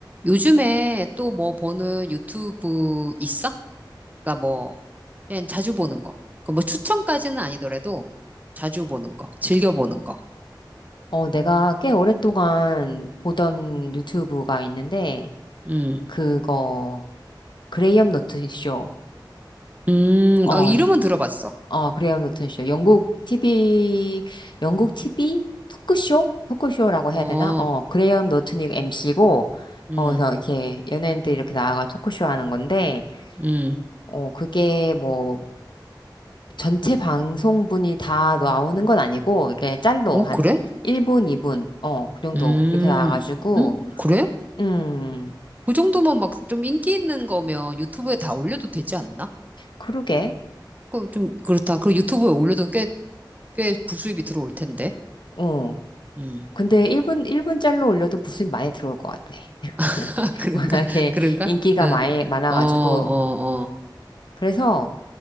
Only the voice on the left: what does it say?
어, 내가 꽤 오랫동안 보던 유튜브가 있는데,
그거, 그레이엄 노튼 쇼.
어,
어, 그레이엄 노튼 쇼. 영국 TV, 영국 TV? 토크쇼? 토크쇼라고
해야 되나? 어, 그레이엄 노튼이 MC고,
거기서 이렇게 연예인들 이렇게 이 나와가 토크쇼 하는 건데,
어, 그게 뭐, 전체 방송분이 다 나오는 건 아니고, 이게 짤로
한
1분, 2분, 어, 그 정도
이렇게 나와가지고,
음
그러게.
어.
근데 1분, 일분 짤로 올려도 부수입 많이 들어올 것 같아. <laughs>
워낙에
인기가
많이, 많아가지고.
그래서,